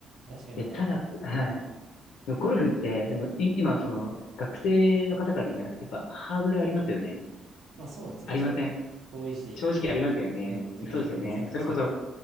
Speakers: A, on the right; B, on the left.
A: 確かになんか、
B: で、ただ、はい。
A: うん。
B: でもゴルフって、でもい今、その、学生の方から見たら、やっぱハードルありますよね。
A: まあそうですね。
B: ありません
A: 正直遠いし、
B: 正直ありますよね。
A: うん、時間かかりそうだし。
B: そうですよね。それこそ、